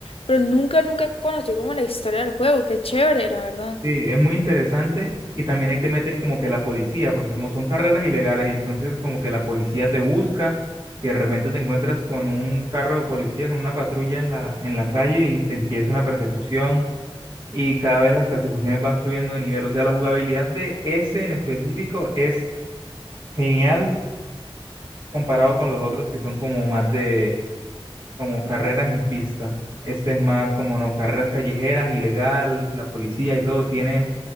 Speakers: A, on the left; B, on the right.
A: pero nunca, nunca conocí como la historia del juego, qué chévere, la verdad.
B: Sí, es muy interesante y también ahí te meten como que la policía, porque como son carreras ilegales, entonces como que la policía te busca y de repente te encuentras con un carro de policía, con una patrulla en la, en la calle y te empieza una persecución y cada vez las persecuciones van subiendo de nivel. O sea, la jugabilidad de ese en específico es genial comparado con los otros que son como más de, como carreras en pista. Este es más como, no, carreras callejeras, ilegal, la policía y todo, tiene,